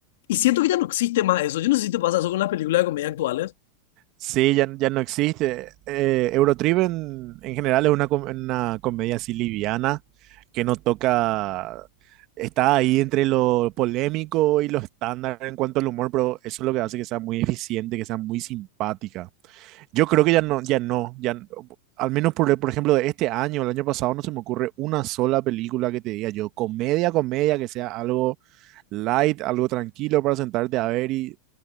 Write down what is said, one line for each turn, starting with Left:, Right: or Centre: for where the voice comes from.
Left: Y siento que ya no existe más eso. Yo no sé si te pasa eso con las películas de comedia actuales.
Right: Sí, ya, ya no existe. Eh, Eurotrip en, en general es una, com- una comedia así liviana que no toca, está ahí entre lo polémico y lo estándar en cuanto al humor, pero eso es lo que hace que sea muy eficiente, que sea muy simpática. Yo creo que ya no, ya no, ya, n- al menos por, por ejemplo de este año, el año pasado, no se me ocurre una sola película que te diga yo, comedia, comedia, que sea algo light, algo tranquilo para sentarte a ver y